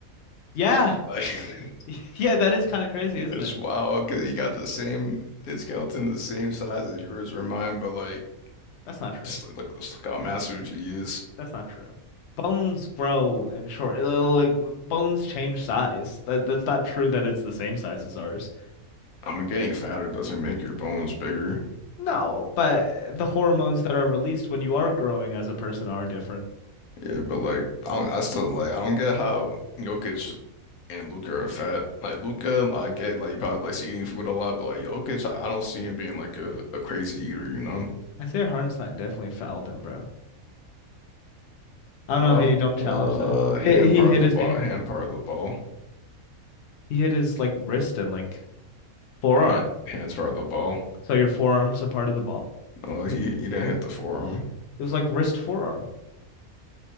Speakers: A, on the left (about 60°); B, on the left (about 80°).
A: Yeah,
B: Like,
A: <laughs> yeah, that is kind of crazy,
B: <laughs>
A: isn't
B: it's
A: it?
B: wild because he got the same his skeleton, the same size as yours or mine, but like,
A: That's not true.
B: just like, look, just look how massive he is.
A: That's not true. Bones grow and short, like like, bones change size. That that's not true that it's the same size as ours.
B: I mean, getting fatter doesn't make your bones bigger,
A: No, but the hormones that are released when you are growing as a person are different.
B: yeah, but like, I don't, I still like, I don't get how Jokic and Luka are fat. Like Luka, like, I get like he probably likes eating food a lot, but like Jokic, I, I don't see him being like a, a crazy eater, you know?
A: Isaiah Hartenstein definitely fouled him, bro. I don't
B: Uh,
A: know how you don't challenge
B: uh,
A: that. It,
B: hand
A: he
B: part
A: hit
B: of the
A: his
B: ball,
A: hand.
B: hand part of the ball,
A: He hit his like wrist and like forearm.
B: hand, hands part of the ball.
A: So your forearm's a part of the ball.
B: Oh, he he didn't hit the forearm.
A: It was like wrist forearm.